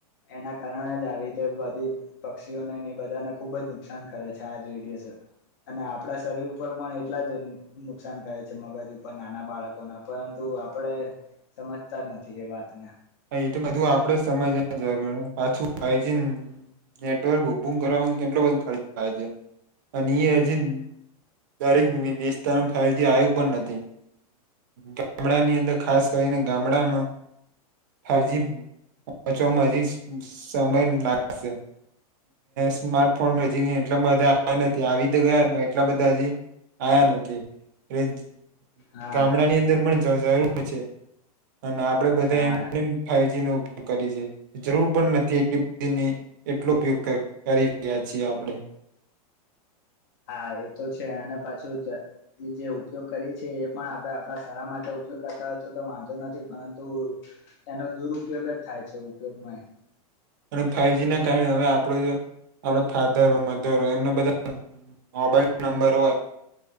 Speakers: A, on the left; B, on the right.
A: એના કારણે જ આવી રીતે બધી પક્ષીઓને બધાને ખુબ જ નુકસાન કરે છે આ રેડયો સ અને પડા શરીર પરમા એટલા જ નુકસાન કરે છે મગજ ઉપર નાના બાળકોના પરંતુ આપડે સમજતા નથી એ વાતને.
B: એ તો બધું આપડે સમજવા જરૂર પાછું ફાવજી નેટવર્ક કરવા કેટલો બધુ ખર્ચ થાય છે અને એ હજી દરેક વિસ્તાર ફાવજી આયું પણ નથી ગામડાની અંદર ખાસ કરીને ગામડામાં ફાઈજી <unintelligible> સમય લાગશે સ્માર્ટફોન હજી એટલા બધા નથી આવી તો ગયા એટલા બધા હજી આયા નથી એ
A: હા
B: ગામડા ની અંદર પણ <unintelligible> છે અને આપડે બધા
A: હા
B: એમ ફાઈજી નો ઉપયોગ કરી છે જરૂર પણ નથી એટલી બધી એટલો ઉપયોગ કરી રહ્યા છીએ આપણે
A: હા એ તો છે અને પાછું એ જે ઉપયોગ કરીએ છીએ એ પણ આપણે આપણા સારા માટે ઉપયોગ કરતા હોય તો તો વાંધો નથી પરંતુ એનો દુરયોગ જ થાય છે ઉપયોગમાં
B: અને ફાઈવજી ના કારણે હવે આપણો જો આપ ફાધર હોય મધર હોય એમના બધા મોબાઈલ નંબર હોય